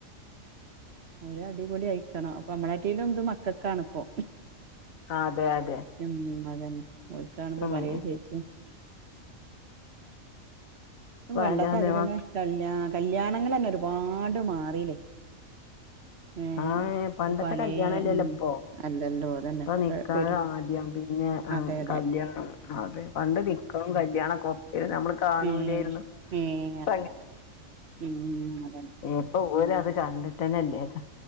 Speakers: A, on the right (about 50°); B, on the left (about 80°).
A: അതിൽ അടിപൊളി അയിക്കണം അപ്പൊ നന്മളെക്കായിലും ഇത് മക്കൊക്കണപ്പോ
B: അതെ അതെ
A: ഉം അത തന്നെ ഓൽക്ക് കാണുമ്പോ
B: ഉം
A: പലും ഫിച്ചും
B: വല്ലാതെ
A: പണ്ടത്ത അതില്ന്നെ
B: മക്ക
A: കല് കല്യാണങ്ങന്നെ ഒരുപാട് മാറില്ലേ ഏഹ്
B: ആഹ് പണ്ടത്തെ
A: ഇപ്പൊ പലേ
B: കല്യാണല്ലേല്ലോ
A: ഉം
B: ഇപ്പൊ
A: അല്ലല്ലോ അതന്നെ
B: ഇപ്പൊ
A: ഇപ്പത്തെ
B: നിക്കാഹ്
A: പേര്
B: ആദ്യം പിന്നെ
A: അതെ അതെ
B: കല്യാണം അതെ പണ്ട് നി കല്യാണക്ക ഒപ്പ ആരുന്നു നമ്മള് കാണൂലേര്ന്നു.
A: ഏഹ് ഏഹ്
B: ഇപ്പ
A: അതെ അതെ ഉം അതന്നെ
B: ഇപ്പപ്പോ ഒര് അത് കണ്ടിട്ടന്നെല്ലേതോ